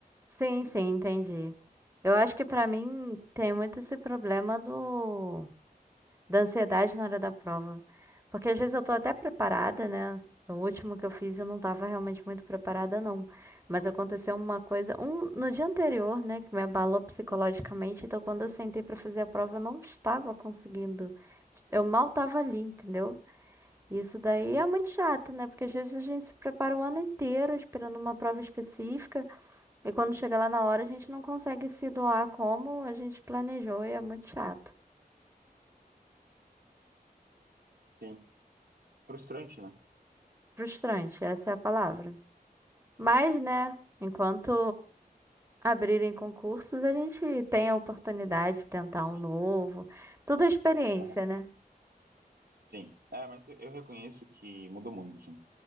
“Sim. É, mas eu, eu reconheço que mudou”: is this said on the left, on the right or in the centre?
Right